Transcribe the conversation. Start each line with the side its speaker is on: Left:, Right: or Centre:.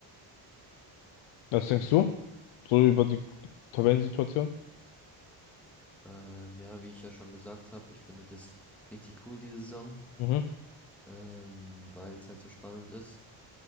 Left: Was denkst du? So über die Tabellensituation?
Centre: Ähm, ja, wie ich ja schon gesagt habe, ich finde das richtig cool, diese Saison,
Left: Mhm.
Centre: ähm, weil es halt so spannend ist.